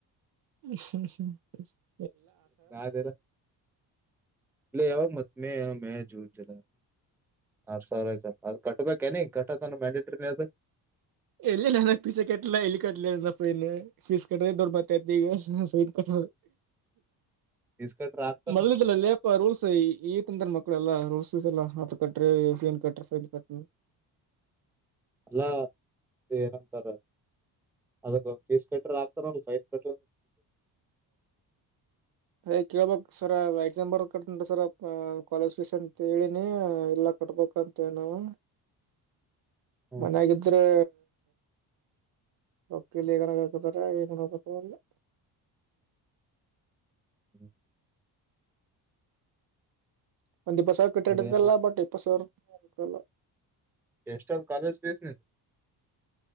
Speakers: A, on the right (about 55°); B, in the centre.
A: ನಿ
B: ಅದಲ್ಲ ಲೇ ಯಾವಾಗ ಮತ್ ಮೇ ಯಾವ ಮೇ ಜೂನ್ ಜಲ ಆರ್ ಸಾವಿರ ಆಯ್ತಲ್ಲ ಅದು ಕಟ್ಟಬೇಕ ಏನ ಕಟ್ಟಕ ಮ್ಯಾಂಡಿಟ್ರಿನ ಅದು
A: ಎಲ್ಲಿ ನಾನ ಪೀಸ ಕಟ್ಟಲಾ ಎಲ್ಲಿ ಕಟ್ಲ ಪೀಸ ಕಟ್ಟ್ರ ದೊಡ್ಬ ತನ್ ಕಟ್ಟ
B: ಫೀಸ್ ಕಟ್ರ ಆಗ್ತಾನ
A: ಮೊದಲುಲ್ಲ ಅಲ್ಲೇ ರೂಲ್ಸ್ ಈತ ಅಂದ್ರ ಮಕ್ಳೆಲ್ಲಾ ರೂಲ್ಸ್ಸ್ ಎಲ್ಲ ಹ ಕಟ್ರೆ ಸೈನ್ ಕಟ್ರ ಸೈನ್ ಕ
B: ಅಲ್ಲಾ ಏನಂತಾರ ಅದಕ್ಕ ಫೀಸ್ ಕಟ್ರರ್ ಆಗ್ತಾರ ಸೈಡ್ ಕ
A: ಹ ಅಯ ಕೇಳ್ಬಕ್ ಸರ್ ಎಕ್ಸಾಮಂ ಬರ್ ಕಂಟ ಸರ್ ಕಾಲೇಜ್ ಫೀಸ್ ಅಂತ ಹೇಳಿನಿ ಇಲ್ಲಕ್ ಕೊಟ್ಬೇಕಂತ ನವು
B: ಹ್ಮ್
A: ಮನಾಗ
B: ಹ್ಮ್
A: ಇದ್ರೆ ರಕ್ತಲ್ಲಿಗನ ಹಾಕತಾರೆ ಏನು ಹೋಗತ ಅಲ್ಲಿ
B: ಹೂ
A: ಒಂದ್ಿ ಬಸ್ಸ ಕೆಟ್ಟಡಲ್ಲ
B: ನೋಡಿ ಏನ್ ಮಾಡ
A: ಬಟ್ಪ್ಪಲ್ಲ
B: ಎಷ್ಟಾದ್ ಕಾಲೇಜ್ ಫೀಸ್ ನಿಂತ